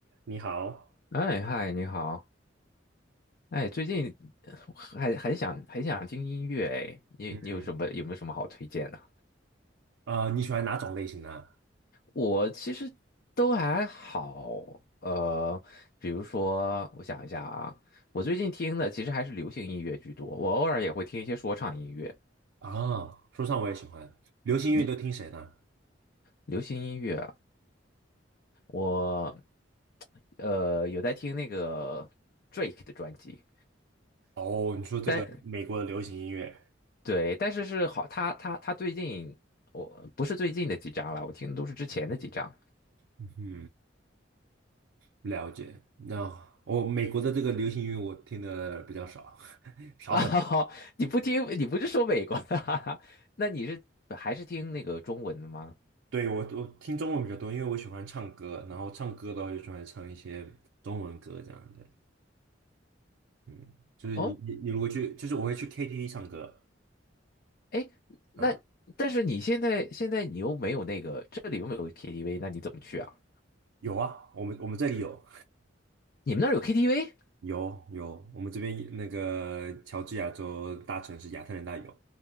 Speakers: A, on the right; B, on the left.
A: 你好，
B: 哎，嗨，你好。哎，最近呃还很想很想听音乐哎，你你有什么有没有什么好推荐的？
A: 嗯，啊，你喜欢哪种类型呢？
B: 我其实都还好，呃，比如说我想一下啊，我最近听的其实还是流行音乐居多，我偶尔也会听一些说唱音乐。
A: 啊，说唱我也喜欢，流行音乐都听谁呢？
B: 你流行音乐啊，我呃有在听那个 Drake 的专辑。
A: 哦，你说这个美国的流行音乐，
B: 但对，但是是好，他他他最近我不是最近的几张了，我听的都是之前的几张
A: 嗯了解。那我、美国的这个流行音乐我听的比较少，<laughs> 少很。
B: 啊。<laughs> 你不听，你不是说美国的哈哈，<laughs> 那你是还是听那个中文的吗？
A: 对，我我听中文比较多，因为我喜欢唱歌，然后唱歌的话就喜欢唱一些中文歌这样的。嗯，就是你你你如果去，
B: 哦，
A: 就是我会去 KTV 唱歌，
B: 哎，那但是你现在现在你又没有那个，
A: 嗯，
B: 这里又没有 KTV，那你怎么去啊？
A: 有啊，我们我们这里有，
B: 你们那儿有 KTV
A: 有有，我们这边那个乔治亚州大城市亚特兰大有，